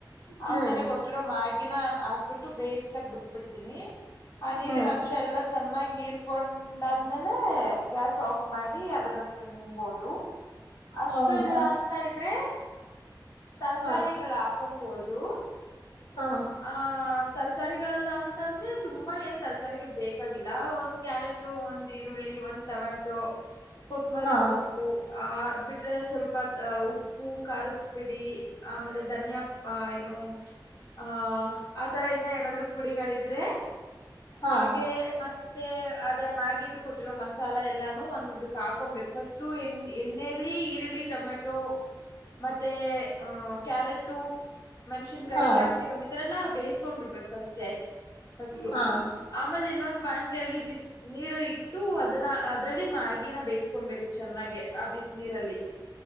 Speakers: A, on the left; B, on the left.
A: ಹ್ಮ್
B: ಆಮೇಲೆ ಕೊಟ್ಟಿರೋ ಮ್ಯಾಗಿಿನ ಹಾಕ್ಬಿಟ್ಟು ಬೇಯಿಸತಾಗ ಬಿಟ್ಬಿಡ್ತೀನಿ. ಆ ನೀರಿನ
A: ಹ್ಮ್
B: ಅಂಶ ಎಲ್ಲಾ ಚೆನ್ನಾಗಿ ಹೀರ್ಕೊಂಡ. ಆದ್ಮೇಲೆ ಗ್ಯಾಸ್ ಆಫ್ ಮಾಡಿ ಅದನ್ನ ತಿನ್ಬೋದು. ಅಷ್ಟು
A: ಹೌದಾ
B: ಇಲ್ಲ ಅಂತ ಇದ್ರೆ ತರ್ಕಾರಿಗಳ.
A: ಹಾ
B: ಕೊಂಬೋದು.
A: ಹಾ
B: ಆ ತರಕಾರಿಗಳೆಲ್ಲ ಅಂತ ಅಂದ್ರೆ. ತುಂಬಾ ಏನ್ ತರಕಾರಿಗಳು ಬೇಕಾಗಿಲ್ಲ ಒಂದ್ ಕ್ಯಾರೆಟು ಒಂದ್ ಈರುಳ್ಳಿ ಒಂದ್ ಟೊಮ್ಯಾಟೊ. ಕೊತ್ಮರಿ
A: ಹಾ
B: ಸೊಪ್ಪು. ಆ್ ಅದ್ ಬಿಟ್ರೆ ಸ್ವಲ್ಪ್ ಉಪ್ಪು ಖಾರದ ಪಿಡಿ ಆಮೇಲೆ ಧನ್ಯಾ ಏನು. ಹ ಆತರ ಇನ್ನ ಏನಾದ್ರು ಪುಡಿಗಳಿದ್ರೆ.
A: ಹಾ
B: ಹಾಗೆ ಮತ್ತೆ ಅದೇ ಮ್ಯಾಗಿಿದು ಕೊಟ್ಟಿರೋ ಮಸಾಲ ಎಲ್ಲಾನು ಒಂದ ಹಾಕೊಬೇಕು. ಫಸ್ಟ ಎ ಎಣ್ಣೆಯಲ್ಲಿ ಈರುಳ್ಳಿ ಟೊಮೆಟೊ ಮತ್ತೆ ಅಹ. ಕ್ಯಾರೆಟು ಮೆಣ್ಸಿನ್ಕಾಯಿ
A: ಹಾ.
B: ಕ್ಯಾಪ್ಸಿಕಮ್ ಇರ ಎಲ್ಲ ಬೇಯ್ಕೊಂಡ್ ಬಿಡ್ಬೇಕು ಫಸ್ಟ್ ಫಸ್
A: ಹಾ
B: ಆಮೇಲೆ ಇನ್ನೊಂದು. ಬಾಣ್ಲಲ್ಲಿ ಬ ನೀರು ಇಟ್ಟು ಅದನ್ನ ಅದರಲ್ಲಿ ಮ. ಬೇಯಿಸಕೊಬೇಕು ಚೆನ್ನಾಗ ಆ ಬಿಸ ನೀರಲ್ಲಿ